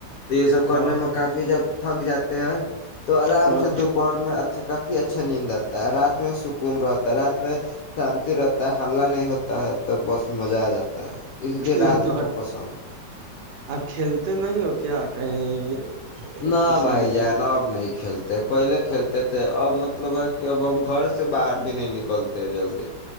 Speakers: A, on the left; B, on the right.
A: تو یہ سب کرنے
B: ہاں
A: میں کافی جب تھک جاتے ہیں تو آرام
B: ہاں
A: سے دوپہر میں اچھا کافی اچھا نیند آتا ہے رات میں س کون رات رات میں شان ر حللہ نہیں ہوتا ہے تو بس میں مزہ آ جاتا ہے اس لیے رات
B: یہ تو
A: ہم
B: ہے
A: کو پسند
B: آپ کھیلتے نہیں ہو کیا کہیں
A: نہ
B: کسی
A: بھائی
B: کے
A: جان اب نہیں کھیلتے پہلے کھیلتے تھے اب مطلب ہے کہ اب ہم گھر سے باہر بھی نہیں نکلتے ہیں جلدی